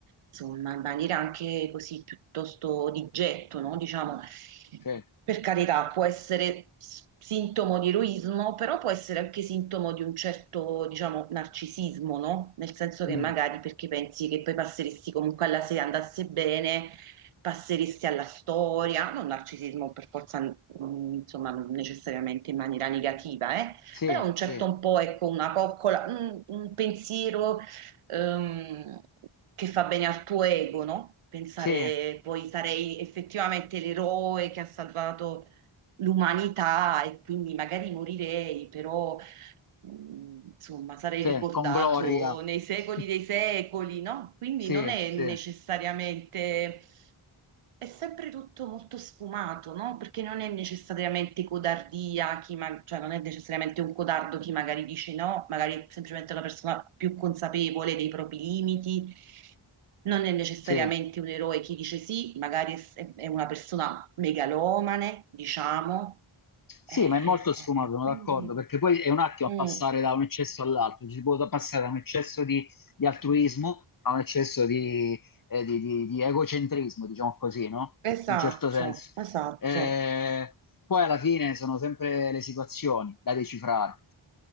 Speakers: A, on the right (about 85°); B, on the left (about 40°).
A: insomma, in maniera anche così piuttosto di getto, no? Diciamo,
B: sì,
A: per carità, può essere s- sintomo di eroismo, però può essere anche sintomo di un certo, diciamo, narcisismo, no? Nel senso
B: mm,
A: che magari perché pensi che poi passeresti comunque alla se andasse bene passeristi alla storia, non narcisismo per forza, mh, insomma, non necessariamente in maniera negativa, eh,
B: sì,
A: però un certo
B: sì,
A: un po', ecco, una coccola, un, un pensiero ehm, che fa bene al tuo ego, no? Pensare
B: sì,
A: poi sarei effettivamente l'eroe che ha salvato l'umanità e quindi magari morirei, però mh, insomma sarei
B: sì,
A: ricordato
B: con Gloria.
A: nei secoli
B: <laughs>
A: dei secoli, no? Quindi
B: Sì,
A: non è
B: sì,
A: necessariamente è sempre tutto molto sfumato, no? Perché non è necessariamente codardia, chi ma- cioè non è necessariamente un codardo chi magari dice no, magari è semplicemente una persona più consapevole dei propri limiti, non è necessariamente
B: sì.
A: un eroe chi dice sì, magari è, s- è una persona megalomane, diciamo.
B: Sì,
A: Eh,
B: ma è molto sfumato, sono
A: quindi,
B: d'accordo, perché poi è un attimo a
A: mm,
B: passare da un eccesso all'altro, ci si può passare da un eccesso di, di altruismo a un eccesso di, eh, di- di- di egocentrismo, diciamo così, no?
A: esatto,
B: In un certo senso.
A: esatto.
B: Eh, poi alla fine sono sempre le situazioni da decifrare.